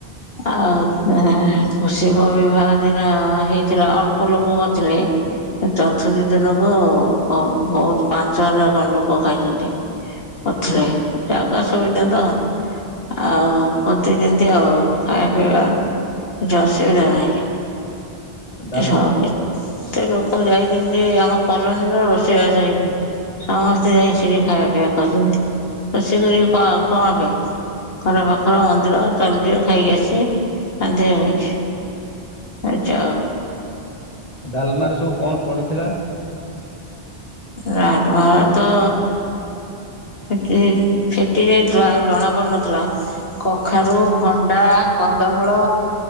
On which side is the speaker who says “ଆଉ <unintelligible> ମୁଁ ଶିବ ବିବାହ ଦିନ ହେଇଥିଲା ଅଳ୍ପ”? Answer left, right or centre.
Left